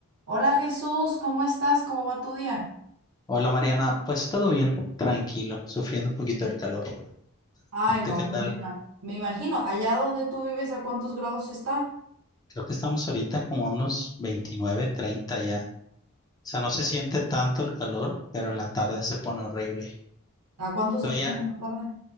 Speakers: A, on the right; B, on the left.
A: Hola Jesús, ¿cómo estás? ¿Cómo va tu día?
B: Hola Mariana, pues todo bien, tranquilo, sufriendo un poquito del calor.
A: Ay,
B: ¿Y tú
A: no,
B: qué
A: pues
B: tal?
A: me ima- me imagino, allá donde tú vives, ¿a cuántos grados está?
B: Creo que estamos ahorita como a unos 29, 30 ya. O sea, no se siente tanto el calor, pero en la tarde se pone horrible.
A: ¿A cuánto se
B: Tú allá
A: pone en la tarde?